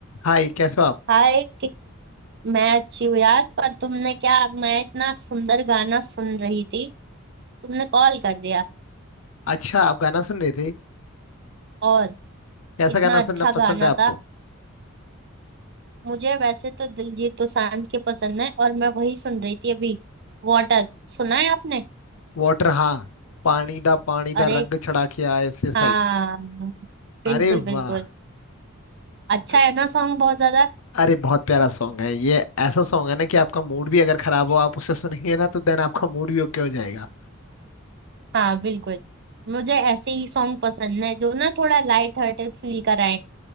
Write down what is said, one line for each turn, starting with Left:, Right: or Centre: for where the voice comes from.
Left: हाय कैसे हो आप
Right: हाय कि- मैं अच्छी हूँ यार पर तुमने क्या मैं इतना सुंदर गाना सुन रही थी तुमने कॉल कर दिया
Left: अच्छा आप गाना सुन रहे थे
Right: और
Left: कैसा
Right: इतना
Left: गाना
Right: अच्छा
Left: सुनना
Right: गाना
Left: पसंद है आपको
Right: था मुझे वैसे तो दिलजीत दोसांझ के पसंद है और मैं वही सुन रही थी अभी वाटर सुना है आपने
Left: वाटर हाँ पानी दा पानी दा
Right: अरे
Left: रंग चढ़ा के आए ऐसे साइड
Right: हाँ
Left: अरे
Right: बिल्कुल बिल्कुल
Left: वाह
Right: अच्छा
Left: स-
Right: है ना सॉन्ग बहुत ज्यादा
Left: अरे बहुत प्यारा सॉन्ग है ये ऐसा सॉन्ग है ना कि आपका मूड भी अगर खराब हो आप उसे सुनेंगे ना तो देन आपका मूड भी ओके हो जाएगा
Right: हाँ बिल्कुल मुझे ऐसे ही सॉन्ग पसंद है जो ना थोड़ा लाइट हार्टेड फील कराए